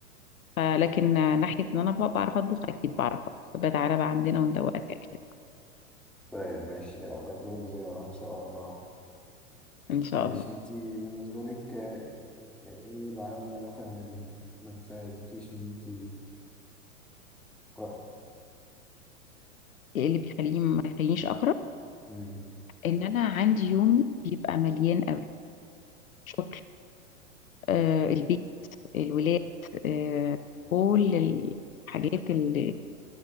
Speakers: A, on the left (about 75°); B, in the centre.
A: فلكن ناحيه ان انا بقى بعرف اطبخ اكيد بعرف أطبخ. بقى تعالى بقى عندنا وندوقك اكل
B: طيب ماشي أبقى أجيلك زيارة إن شاء الله
A: ان شاء
B: ماشي
A: الله
B: انت بالنسبة لك آه، آه، ايه العوامل مثلا اللي بت- ما بتساعدكيش ان انت تقرأي؟
A: ايه اللي بيخليني ما يخلينيش اقرب
B: مم.
A: ان انا عندي يومي بيبقى مليان قوي شغل آه البيت الولاد آه، كل الحاجات اللي